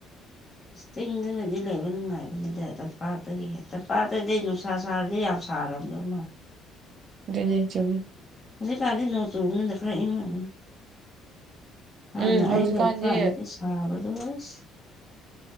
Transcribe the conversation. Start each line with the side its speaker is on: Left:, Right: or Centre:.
Left: ꯆꯤꯡꯗꯨꯅꯗꯤ ꯂꯩꯕ ꯅꯨꯡꯉꯥꯏꯕꯅꯤꯗ ꯇꯝꯄꯥꯛꯇꯒꯤ ꯇꯝꯄꯥꯛꯇꯗꯤ ꯅꯨꯡꯁꯥ ꯁꯥꯔꯗꯤ ꯌꯥꯝ ꯊꯥꯔꯝꯗꯧ ꯃꯥꯜꯂꯦ
Right: ꯑꯗꯨꯅꯦ ꯆꯨꯝꯃꯦ
Left: ꯍꯧꯖꯤꯛ ꯀꯥꯟꯗꯤ ꯅꯣꯡ ꯆꯨꯕꯅꯤꯅ ꯈꯔ ꯏꯪꯉꯥꯡꯒꯅꯤ ꯍꯥꯟꯅ
Right: ꯎꯝ ꯍꯧꯖꯤꯛꯀꯥꯟꯗꯤ
Left: ꯑꯩ ꯂꯩꯕ ꯀꯥꯟꯗꯗꯤ ꯁꯥꯕꯗꯨ ꯑꯣꯏꯁ